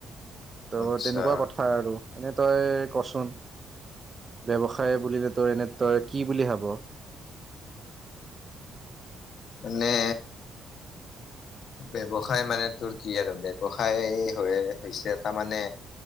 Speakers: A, on the right (about 30°); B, on the left (about 65°).
A: ত'
B: আচ্ছা
A: তেনেকুৱা কথা আৰু এনেই তই কচোন ব্যৱসায় বুলিলে তোৰ এনে তই কি বুলি ভাব
B: নে
A: <unintelligible>
B: ব্যৱসায় মানে তোৰ কি আৰু ব্যৱসায় হৈ হৈছে তাৰ মানে